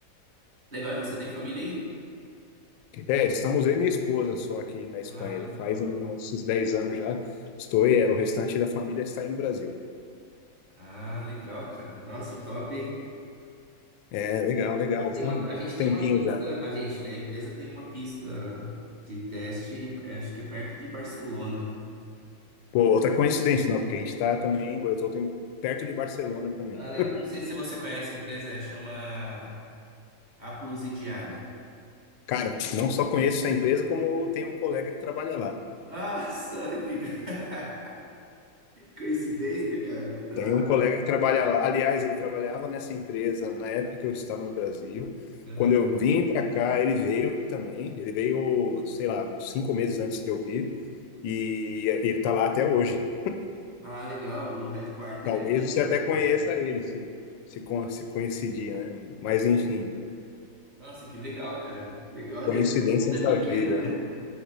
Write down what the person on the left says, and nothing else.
É, estamos eu e minha esposa só aqui na Espanha,
já faz uns 10 anos já. Estou e ela, o restante da família está aí no Brasil.
É, legal, legal, está
um
tempinho
já.
Pô, outra coincidência, não, porque a gente está também, eu estou perto de Barcelona também.
Cara, não só conheço essa empresa, como tem um colega que trabalha lá.
Tem
um colega que trabalha lá. Aliás, ele trabalhava nessa empresa na época que eu estava no Brasil.
Quando eu vim para cá, ele veio também. Ele veio, sei lá, uns cinco meses antes de eu vir. E ele está lá até hoje.
Talvez
você até
conheça
ele, se, se, con- se coincidir, né? Mas, enfim,
coincidências
da
vida,
né?